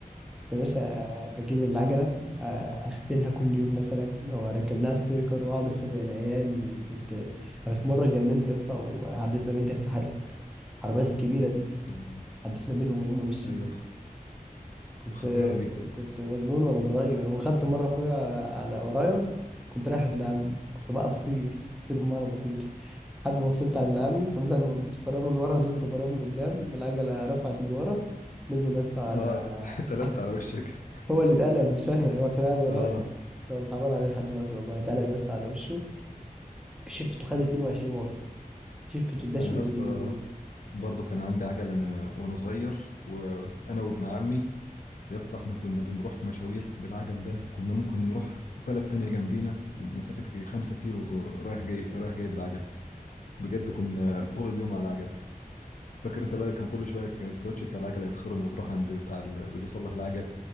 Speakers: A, in the centre; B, on the left (about 65°).
A: كنت يا باشا آه، بجيب العجلة آه، أغسلها كل يوم مثلا وأركب لها ستيكر وأقعد أسابق العيال وكنت أنا في مرة اتجننت يا اسطى وعديت ما بين كساحين العربيات الكبيرة دي
B: آه.
A: عديت ما بينهم وهم ماشيين
B: ايوه
A: كنت
B: خطيره دي
A: كنت مجنون وانا صغير وخدت مره اخويا على ورايا كنت رايح عند عمي كنت بقى بطير بطير بمعنى بطير لحد ما وصلت عند عمي فبدل ما بدوس فرامل من ورا دوست فرامل من قدام العجله رفعت من ورا نزل يا اسطى على
B: اه ات- <laughs> اتقلبت
A: <laughs>
B: على وشك
A: هو اللي اتقلب مش انا هو كان قاعد ورايا
B: اه
A: كان صعبان عليه لحد دلوقتي والله اتقلب يا اسطى على وشه شفته خد 22 غرز شفته اتدشملت
B: انا يا اسطى
A: من جوه
B: برضه كان عندي عجله انا وانا صغير وانا وابن عمي يا اسطى احنا كنا بنروح مشاوير بالعجل ده كنا ممكن نروح بلد تانية جنبينا مسافة يجي خمسة كيلو ب- رايح جاي رايح جاي بالعجل بجد كنا طول اليوم على العجل فاكر انت بقى كان كل شوية الكاوتش بتاع العجل يتخرم وتروح عند بتاع ال- اللي بيصلح العجل